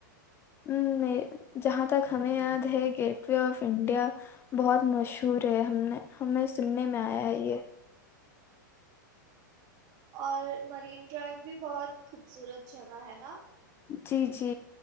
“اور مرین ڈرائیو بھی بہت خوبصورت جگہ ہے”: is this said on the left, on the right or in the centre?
Right